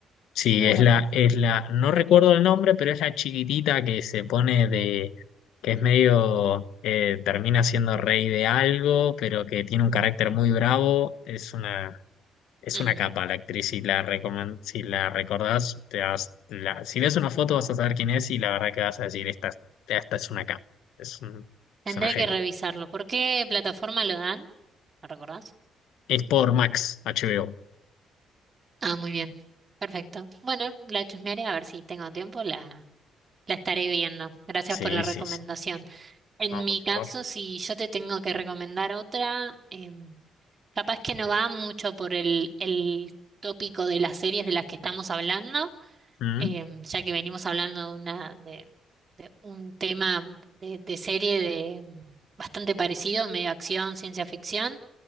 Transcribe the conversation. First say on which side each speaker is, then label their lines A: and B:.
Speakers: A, on the left; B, on the right.
A: Sí,
B: no
A: es
B: lo
A: la,
B: recuerdo.
A: es la, no recuerdo el nombre, pero es la chiquitita que se pone de, que es medio, eh, termina siendo rey de algo, pero que tiene un carácter muy bravo. Es una, Es
B: Mm,
A: una capa la actriz, si la, recomen- si la recordás, te vas- la- si ves una foto vas a saber quién es y la verdad que vas a decir, esta, esta es una capa, es, un-
B: tendré
A: es una genia.
B: que revisarlo. ¿Por qué plataforma lo dan? ¿Lo recordás?
A: Es por Max, HBO.
B: Ah, muy bien. Perfecto. Bueno, la chusmearé a ver si tengo tiempo, la, la estaré viendo. Gracias
A: Sí,
B: por la recomendación.
A: sí, sí.
B: En
A: No,
B: mi
A: por favor.
B: caso, si yo te tengo que recomendar otra, eh, Capaz que no va mucho por el, el tópico de las series de las que estamos hablando,
A: Mm,
B: em, ya que venimos hablando de, una, de, de un tema de, de serie de, mm, bastante parecido, medio acción, ciencia ficción,